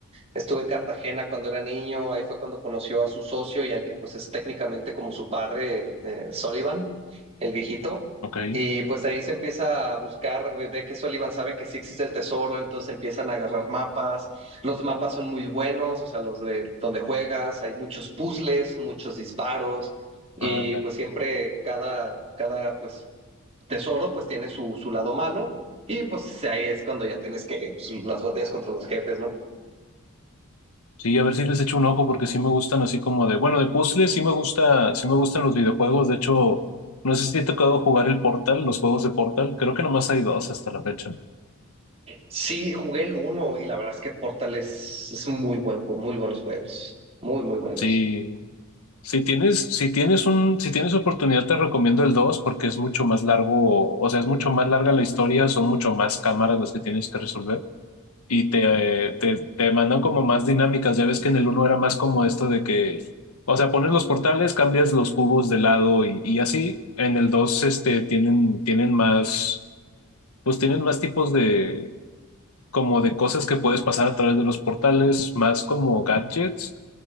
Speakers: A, on the right (about 30°); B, on the left (about 85°).
A: Estuve en Cartagena cuando era niño, ahí fue cuando conoció a su socio y al que pues es técnicamente como su padre, eh, Sullivan, el viejito.
B: Ok,
A: Y pues ahí se empieza a buscar, ve ve que Sullivan sabe que sí existe el tesoro, entonces empiezan a agarrar mapas. Los mapas son muy buenos, o sea, los de donde juegas, hay muchos puzzles, muchos disparos y
B: ándale.
A: pues siempre cada, cada pues tesoro pues tiene su, su lado malo y pues ahí es cuando ya tienes que pues, las batallas contra los jefes, ¿no?
B: Sí, a ver si les echo un ojo, porque sí me gustan así como de. Bueno, de puzzles sí me gusta, sí me gustan los videojuegos. De hecho, no sé si te ha tocado jugar el Portal, los juegos de Portal. Creo que nomás hay dos hasta la fecha.
A: Sí, jugué el uno y la verdad es que Portal es, es un muy buen, ju- muy buenos juegos. Muy, muy buenos.
B: Sí, Si tienes, si tienes un, si tienes oportunidad, te recomiendo el 2 porque es mucho más largo, o sea, es mucho más larga la historia, son mucho más cámaras las que tienes que resolver y te, eh, te, te mandan como más dinámicas. Ya ves que en el uno era más como esto de que, o sea, pones los portales, cambias los cubos de lado y, y así. En el 2 este, tienen, tienen más, pues tienen más tipos de, como de cosas que puedes pasar a través de los portales, más como gadgets.